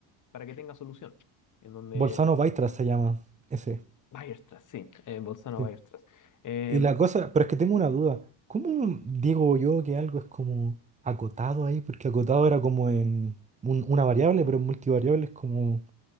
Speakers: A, on the left; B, on the right.
A: para que tenga solución. En donde
B: Bolzano-Weierstrass se llama. Ese.
A: Weierstrass, sí, eh, Bolzano-Weierstrass.
B: Sí.
A: Em,
B: Y la cosa, pero es que tengo una duda. ¿Cómo digo yo que algo es como acotado ahí? Porque acotado era como en un- una variable, pero en multivariable es como